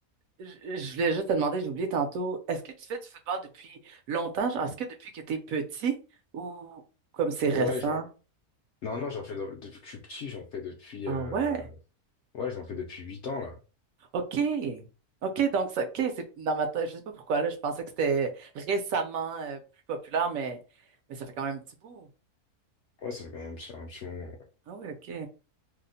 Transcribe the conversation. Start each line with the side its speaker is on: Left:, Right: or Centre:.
Right: je je voulais juste te demander, j'ai oublié tantôt, est-ce que tu fais du football depuis longtemps? Genre, est-ce que depuis que t'es petit ou comme c'est récent?
Left: Ouais, genre... Non, non, j'en fais dans- depuis que je suis petit, j'en fais depuis...
Right: Ah
Left: euh,
Right: ouais?
Left: Ouais, j'en fais depuis 8 ans, là.
Right: OK. OK, donc ça, OK, c'est dans ma tête, je sais pas pourquoi là, je pensais que c'était récemment euh, plus populaire, mais, mais ça fait quand même un petit bout.
Left: Ouais, ça fait quand même un petit, un petit moment. Ouais,
Right: Ah oui, OK.